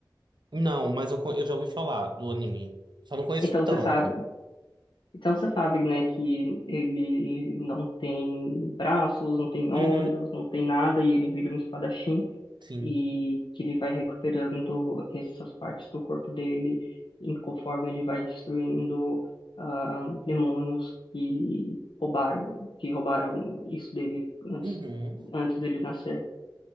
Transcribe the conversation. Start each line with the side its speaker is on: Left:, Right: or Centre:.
Right: Não, mas eu, co- eu já ouvi falar do anime. Só não conheço
Left: Então
Right: tanto.
Left: você sabe. Então você sabe, né, que ele não tem braços, não tem
Right: Uhum,
Left: olhos, não tem nada, e ele vira um espadachim,
Right: sim.
Left: e que ele vai recuperando essas partes do corpo dele em conforme ele vai destruindo ah, demônios que roubaram, que roubaram isso dele antes,
Right: Uhum.
Left: antes dele nascer.